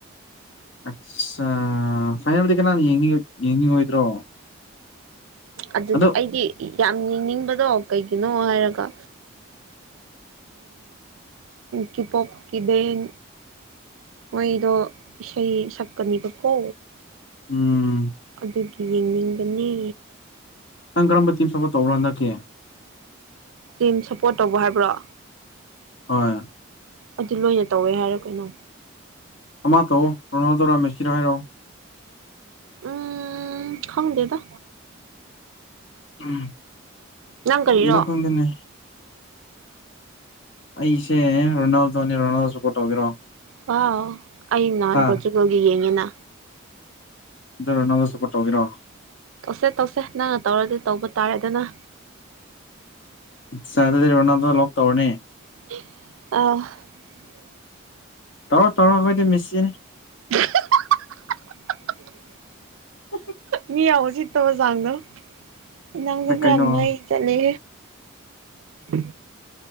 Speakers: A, on the left; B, on the right.
A: ꯑꯠꯆꯥ ꯐꯥꯏꯅꯦꯜꯗꯤ ꯀꯅꯥꯅ ꯌꯦꯡ ꯌꯦꯡꯅꯤꯡꯉꯣꯏꯗ꯭ꯔꯣ
B: ꯑꯗꯨꯗꯤ
A: ꯑꯗꯣ
B: ꯑꯩꯗꯤ ꯌꯥꯝ ꯌꯦꯡꯅꯤꯡꯕꯗꯣ ꯀꯩꯒꯤꯅꯣ ꯍꯥꯏꯔꯒ ꯀꯤꯄꯣꯣꯛ ꯀꯕꯦꯟ ꯃꯣꯏꯗꯣ ꯏꯁꯩ ꯁꯛꯀꯅꯤꯕꯀꯣ
A: ꯎꯝ
B: ꯑꯗꯨꯒꯤ ꯌꯦꯡꯅꯤꯡꯕꯅꯤ
A: ꯅꯪ ꯀꯔꯝꯕ ꯇꯤꯝ ꯁꯄꯣꯔꯠ ꯇꯧꯔꯣ ꯍꯟꯗꯛꯀꯤꯦ
B: ꯇꯤꯝ ꯁꯞꯄꯣꯔꯠ ꯇꯧꯕ ꯍꯥꯏꯕ꯭ꯔꯣ
A: ꯍꯣꯏ
B: ꯑꯗꯨ ꯂꯣꯏꯅ ꯇꯧꯋꯦ ꯍꯥꯏꯔꯣ ꯀꯩꯅꯣ
A: ꯑꯃꯥ ꯇꯣ ꯔꯅꯖꯔꯥ ꯃꯦꯁꯤꯔ ꯍꯥꯏꯔꯣ
B: ꯎꯝ ꯈꯉꯗꯦꯗ
A: ꯎꯝ
B: ꯅꯪ ꯀꯔꯤꯔꯣ
A: ꯏꯅ ꯈꯝꯗꯅꯦ ꯑꯩꯁꯦ ꯔꯣꯅꯥꯜꯗꯣꯅꯦ ꯔꯣꯅꯥꯜꯗꯣ ꯁꯄꯣꯔꯠ ꯇꯧꯒꯦꯔꯣ
B: ꯄ ꯑꯩ ꯅꯥꯟ
A: ꯑꯥ
B: ꯄꯨꯆꯒ ꯌꯦꯦꯉꯦꯅ
A: ꯑꯗꯨ ꯅꯪꯗ ꯁꯄꯣꯔ ꯇꯧꯒꯤꯔꯣ
B: ꯇꯧꯁꯦ ꯇꯧꯁꯦ ꯅꯪꯅ ꯇꯧꯔꯗꯤ ꯇꯧꯕ ꯇꯥꯔꯦ ꯑꯗꯨꯅ
A: ꯁꯗꯅ ꯂꯣ ꯇꯧꯔꯅꯦ
B: ꯑ
A: ꯇꯧꯔꯣ ꯇꯧꯔꯣ ꯑꯩꯈꯣꯏꯗꯤ ꯃꯦꯁꯤꯅꯦ
B: <inaudible>
A: <inaudible>
B: ꯃꯤ ꯌꯥꯎꯋ ꯁꯤꯠꯇꯕ ꯆꯥꯡꯗꯣ ꯌꯦꯟꯥꯡꯁꯨ
A: ꯑꯗꯨ
B: ꯄꯨꯔꯥ
A: ꯀꯩꯅꯣ
B: ꯃꯩ ꯆꯠꯂꯦ ꯎ